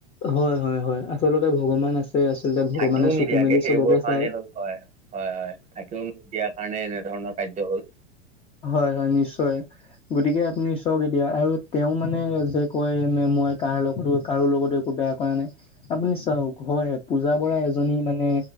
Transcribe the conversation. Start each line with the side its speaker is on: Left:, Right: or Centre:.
Left: হয় হয় হয়। আচলতে ভগৱান আছে তে আচলতে ভগৱানে
Right: থাকিও
Left: চকু
Right: নিদিয়াকে,
Left: মেলি
Right: সেইবোৰৰ
Left: চবকে
Right: কাৰণেই
Left: চাই
Right: হ'ল হয়। হয় হয়, থাকিও দিয়াৰ কাৰণে এনেধৰণৰ কাৰ্য হ'ল।
Left: হয় হয়, নিশ্চয়। গতিকে আপুনি চক এতিয়া আৰু তেওঁ মানে যে কয় মই কাৰ লগতো কাৰো লগত একো বেয়া কৰা নাই। আপুনি চাওক হয়, পূজা বৰা এজনী মানে